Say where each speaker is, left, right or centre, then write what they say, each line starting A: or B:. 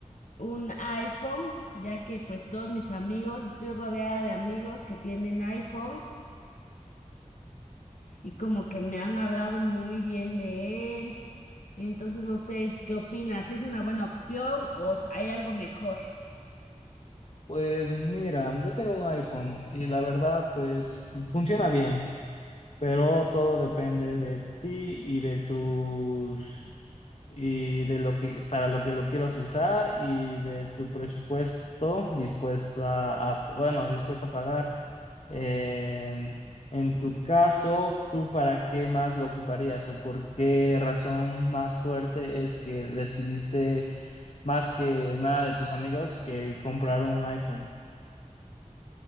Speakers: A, on the left; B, on the left.
A: un iPhone, ya que pues todos mis amigos, estoy rodeada de amigos que tienen iPhone y como que me han hablado muy bien de él. Entonces no sé, ¿qué opinas? ¿Si es una buena opción o hay algo mejor?
B: Pues mira, yo tengo un iPhone y la verdad, pues funciona bien, pero todo depende de ti y de tus y de lo que para lo que lo quieras usar y de tu presupuesto dispuesto a, a- bueno, dispuesto a pagar. Eh, en tu caso, ¿tú para qué más lo ocuparías o por qué razón más fuerte es que decidiste más que nada de tus amigos que comprar un iPhone?